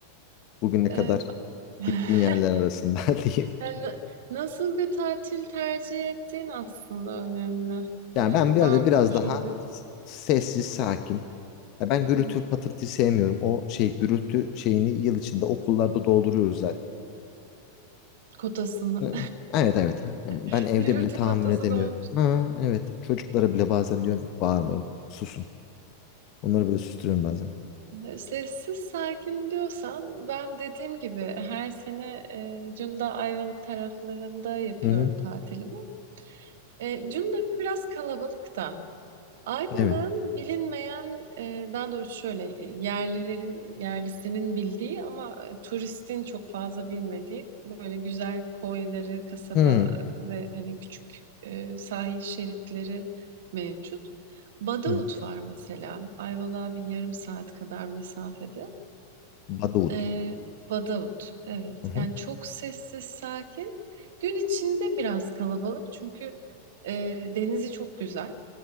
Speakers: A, on the left; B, on the right.
A: Bugüne kadar
B: E, <laughs>
A: gittiğin yerler arasında <laughs> diyeyim.
B: yani na- nasıl bir tatil tercih ettiğin aslında önemli.
A: Yani
B: E,
A: ben
B: var
A: böyle biraz
B: mı şöyle
A: daha
B: bir
A: s- sessiz, sakin. Ya ben gürültü
B: hmm,
A: patırtıyı sevmiyorum. O şey gürültü şeyini yıl içinde okullarda dolduruyoruz zaten.
B: kotasını.
A: Hı, Evet evet. Yani
B: <laughs>
A: ben evde
B: Gürültü
A: bile tahammül
B: kotası
A: edemiyorum.
B: da olmuştu.
A: Ha, evet. Çocuklara bile bazen diyorum ki bağırmayın, susun. Onları böyle susturuyorum bazen.
B: Ee, Sessiz sakin diyorsan ben dediğim gibi her sene e, Cunda Ayvalık taraflarında yapıyorum
A: Hı hı.
B: tatilimi. E, Cunda biraz kalabalık da. Ayvalık'ın
A: Evet.
B: bilinmeyen, e, daha doğrusu şöyle e, yerlilerin, yerlisinin bildiği ama e, turistin çok fazla bilmediği böyle güzel koyları, kasaba
A: Hı,
B: ve hani küçük e, sahil şeritleri mevcut. Badavut
A: evet.
B: var mesela. Ayvalık'a bir yarım saat kadar mesafede.
A: Badavut.
B: E, Badavut, evet.
A: Hı hı.
B: Yani çok sessiz, sakin. Gün içinde biraz kalabalık çünkü e, denizi çok güzel.